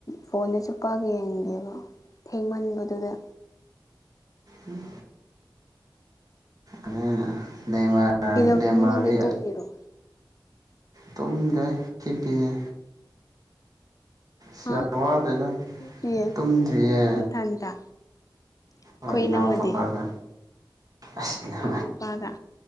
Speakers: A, on the left; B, on the right.
A: ꯐꯣꯟꯗꯁꯨ ꯄꯥꯛ ꯌꯦꯡꯒꯦꯕ ꯊꯦꯡꯃꯟꯕꯗꯨꯗ
B: ꯎꯝ ꯑ ꯅꯃ
A: ꯀꯩꯗꯧꯔꯤꯅꯣ
B: ꯅꯦꯃꯔꯤ
A: ꯅꯪꯗꯤ ꯇꯨꯝꯃꯤꯔꯣ
B: ꯇꯨꯝꯗ ꯈꯤꯞꯄꯤꯑ ꯁꯌꯥꯋꯥꯗꯗ
A: ꯍꯥ ꯍꯤꯞꯄꯤꯌꯦ
B: ꯇꯨꯝꯗ꯭ꯔꯤꯌꯦ
A: ꯅꯊꯟꯇ ꯑꯩꯈꯣꯏ
B: ꯍꯣꯏ ꯏꯅꯥꯎ
A: ꯏꯅꯝꯃꯗꯤ
B: ꯄꯔꯒ ꯑꯁ <unintelligible>
A: ꯏꯅꯥꯎ ꯅꯨꯄꯥꯒ